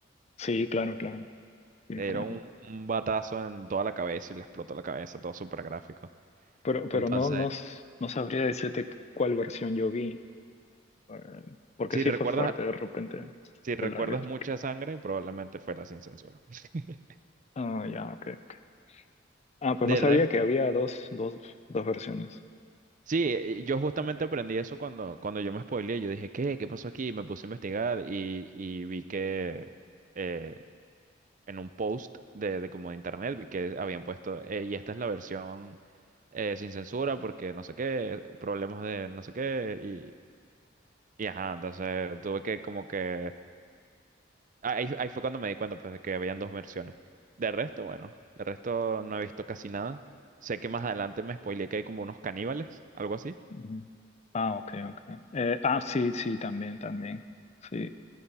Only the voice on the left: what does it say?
Sí, claro, claro. sí,
fue-
Pero, pero
no, no, s- no sabría decirte cuál versión yo vi, eh, porque
sí
fue fuerte de repente
fue la gráfica.
Ah, ya, ok, ok. Ah, pero no
sabía
que había dos, dos, dos versiones.
Ujú. Ah, ok, ok. Eh, ah, sí, sí, también, también. Sí.